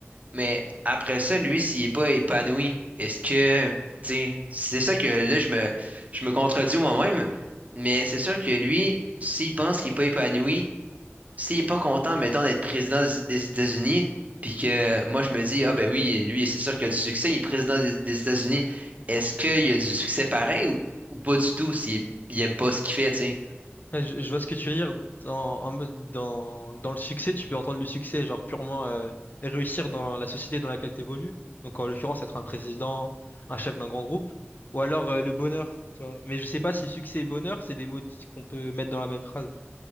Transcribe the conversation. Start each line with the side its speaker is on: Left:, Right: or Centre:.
Right: mais après ça, lui, s'il est pas épanoui, est-ce que, tu sais, c'est ça que là, je me, je me contredis moi-même, mais c'est sûr que lui, s'il pense qu'il est pas épanoui, s'il est pas content, mettons, d'être président des des États-Unis, puis que moi, je me dis,
Left: Après,
Right: ah ben oui, lui, c'est sûr qu'il a du succès, il est président des, des États-Unis, est-ce qu'il a du succès pareil ou, ou pas du tout s'il il aime pas ce qu'il fait, tu sais?
Left: ouais, je, je vois ce que tu veux dire. En, en mode dans, dans le succès, tu peux entendre le succès, genre purement euh, réussir dans la société dans laquelle tu évolues. Donc en l'occurrence, être un président, un chef d'un grand groupe, ou alors euh, le bonheur. tu vois. Mais je sais pas si succès et bonheur, c'est des mots dits- qu'on peut mettre dans la même phrase.